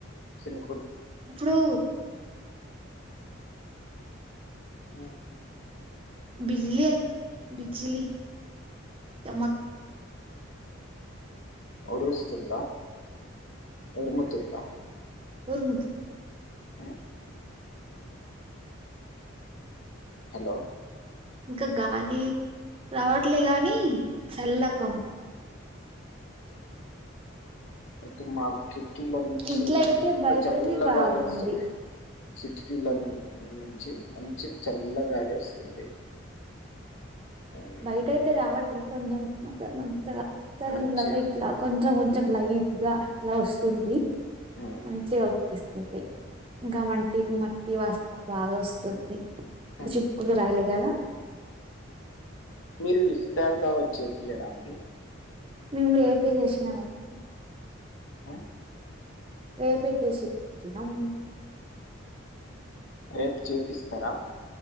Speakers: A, on the left; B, on the right.
A: చిను
B: ఇప్పుడు
A: అ
B: విజీల్ అయిదు విజిల్ చమక్
A: ఊరుస్తుందా ఊర్ముతుందా
B: ఊరుముతు
A: ఆ హలో
B: ఇంకా గాలి రావట్లే గాని చల్ల అవును
A: అయితే మాకు కిటికీలో నుంచి
B: ఇంట్లో అయితే
A: మస్తు
B: బయటనే
A: చల్లగాలి
B: బాగుంది
A: వస్తుంది కిటికీల నుంచి మంచి చల్లగాలి వస్తుంది ఉమ్.
B: బయట అయితే రావట్లే కొంచెం మంత మంతగా చల్లగా
A: మంచిగా
B: ఇట్లా కొంచెం కొంచెం లైట్ గా అట్లా వస్తుంది
A: ఉమ్.
B: మంచిగా అనిపిస్తుంది ఇంకా మట్టి వాసన బాగా వస్తుంది
A: ఉమ్,
B: చినుకులు రాలేగదా
A: మీరు ఇఫ్తారు కావచ్చు వేపియడానికి
B: మేమ్ రేపే చేసినామండి
A: హ్హ్
B: రేపే తెప్పిచ్చినం
A: రేపు చేపిస్తారా